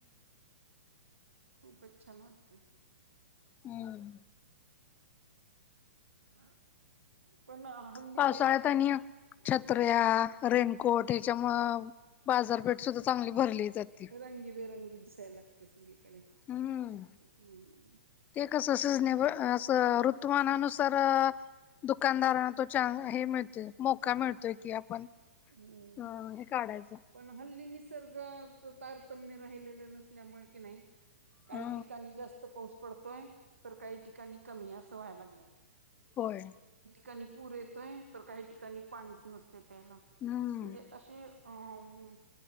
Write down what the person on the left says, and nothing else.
हुं!
पावसाळ्यात
आणि छत्र्या रेनकोट ह्याच्यामुळ बाजारपेठ सुद्धा चांगली भरली जाते
हुं
ते कसं सिझनेबल असं- ऋतु मानानुसार अं दुकानदारांना तो च्याह हे मिळते मोका मिळतोय की आपण
अ हे काढायचं
हा
होय.
हम्म